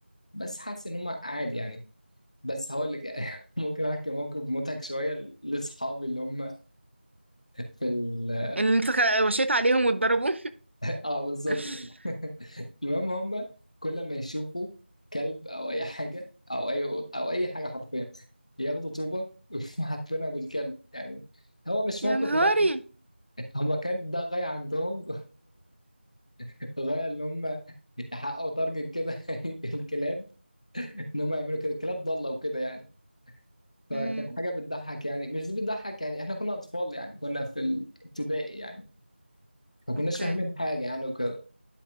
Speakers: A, on the left (about 35°); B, on the right (about 80°).
A: بس حاسس ان هم عادي يعني بس هقول لك <laughs> ممكن احكي موقف مضحك شويه لاصحابي اللي هم في ال...
B: اللي انت خ- وشيت عليهم واتضربوا
A: <laughs> اه بالظبط
B: <laughs>
A: كده <laughs> المهم هم كل ما يشوفوا كلب او اي حاجه او اي او اي حاجه حرفيا ياخدوا طوبه <laughs> وحاطينها بالكلب يعني هو مش
B: يا
A: موقف
B: نهاري
A: يضحك هم كان ده غايه عندهم <laughs> غايه ان هم يحققوا تارجت كده <laughs> الكلاب ان هم يعملوا كده الكلاب ضاله وكده يعني فكانت
B: امم
A: حاجه بتضحك يعني مش بتضحك يعني احنا كنا اطفال يعني كنا في الابتدائي يعني ما كناش
B: اوكي
A: فاهمين حاجه يعني وكده